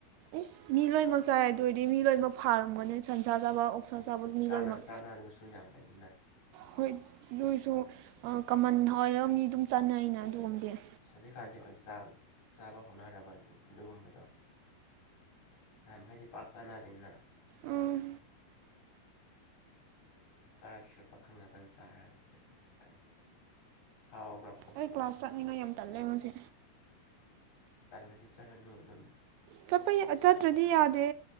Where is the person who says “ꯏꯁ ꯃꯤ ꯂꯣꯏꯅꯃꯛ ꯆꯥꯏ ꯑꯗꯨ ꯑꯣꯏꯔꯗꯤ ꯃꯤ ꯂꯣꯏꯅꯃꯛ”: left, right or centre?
Right